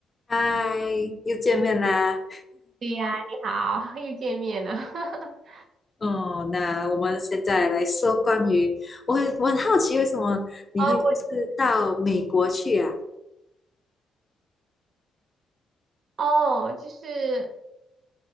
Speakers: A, on the left; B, on the right.
A: 嗨，又见面啦。
B: 对呀，你好，<laughs> 又见面了。<laughs>
A: 哦，那我们现在来说关于，我很我很好奇，为什么你会就是到美国去啊？
B: 哦，我哦，就是